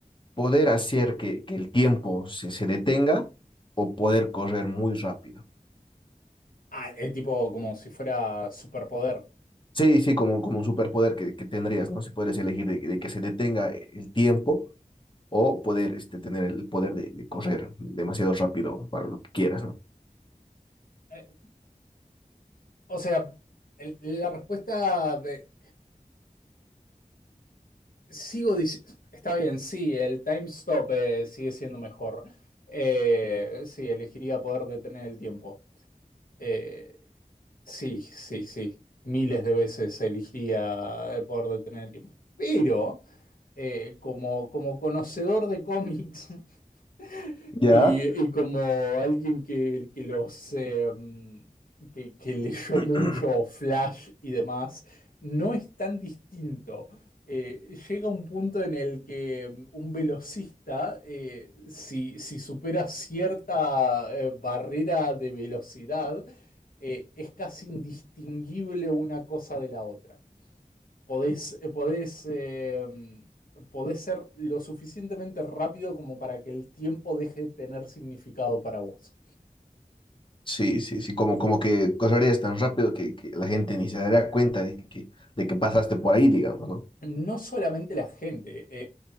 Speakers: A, on the left; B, on the left.
A: ¿Poder hacer que, que el tiempo se, se detenga o poder correr muy rápido?
B: ah, el tipo como si fuera superpoder.
A: Sí, sí, como, como un superpoder que, que tendrías, ¿no? Si puedes elegir de, de que se detenga el tiempo o poder este, tener el poder de, de correr demasiado rápido para lo que quieras, ¿no?
B: Eh, o sea, el- la respuesta de... Sigo diciendo... Está bien, sí, el time stop eh, sigue siendo mejor. Eh, sí, elegiría poder detener el tiempo. Eh, Sí, sí, sí. Miles de veces elegiría el poder detener el tiempo. Pero, eh, como, como conocedor de cómics, <laughs>
A: Ya.
B: Y, y como alguien que, que los eh, mm, que, que leyó
A: <clears throat>
B: mucho Flash y demás, no es tan distinto. Eh, llega un punto en el que mm, un velocista, eh, si, si supera cierta eh, barrera de velocidad, eh, es casi indistinguible una cosa de la otra podés, eh, podés, eh, mm, podés ser lo suficientemente rápido como para que el tiempo deje de tener significado para vos.
A: Sí, sí, sí, como, como que correrías tan rápido que, que la gente ni se daría cuenta de que, de que pasaste por ahí, digamos, ¿no?
B: No solamente la gente, eh,